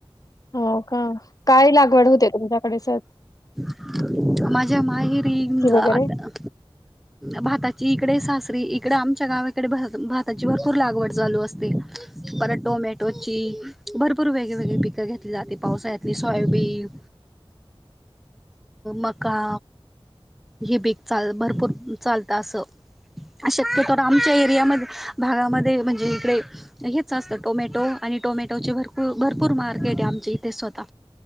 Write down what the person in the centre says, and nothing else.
माझ्या माहेरी आता
भाताची इकडेच इकडे आमच्या गावाकडे भ भाताची भरपूर लागवड चालू असते परत टोमॅटोची भरपूर वेगळेवेेगळे पिकं घेतली जाते पावसाली सोयाबीन मका हे बीक चाल भरपूर चालत असं शक्यत आमच्या एरियामध्ये भागामध्ये म्हणजे इकडे हेच असतं टोमॅटो आणि आणि टोमॅटोचे भरपूर भरपूर मार्केट आहे आमच्या इथे स्वतः